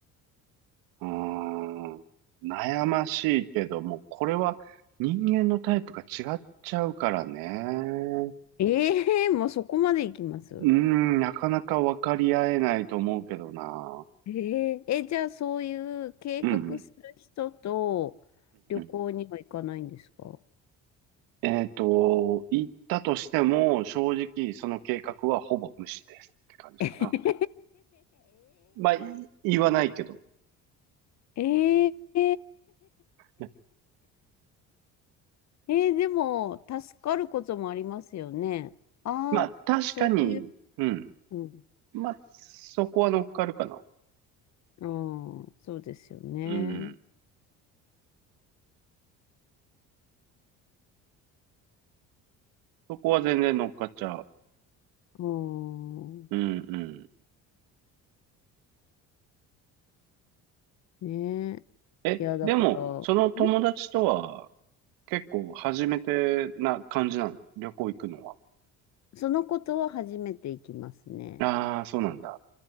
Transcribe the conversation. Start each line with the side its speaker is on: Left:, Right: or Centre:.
Right: うーん、悩ましいけども、これは人間のタイプが違っちゃうからね。
Left: ええもうそこまで行きます。
Right: うーん、なかなか分かり合えないと思うけどな。
Left: えええ、じゃあそういう計画する人と旅行には行かないんですか
Right: うんうん。うんうんえっと、言ったとしても、正直その計画はほぼ無視ですって感じかな。
Left: <laughs> え
Right: まあ、い言わないけど。
Left: えええ
Right: ね
Left: えーでも、助かることもありますよね。ああ、
Right: まあ、確かに、
Left: そういう、
Right: うん。
Left: うん、
Right: まあ、そこは乗っかるかな。
Left: うん、そうですよね。
Right: うん。そこは全然乗っかっちゃう。
Left: うん、
Right: うんうん。
Left: ねえ
Right: え、
Left: いや、だから、
Right: でも、その友達とは
Left: ん
Right: 結構初めてな感じなの旅行行くのは。
Left: そのことは初めていきますね。
Right: ああ、そうなんだ。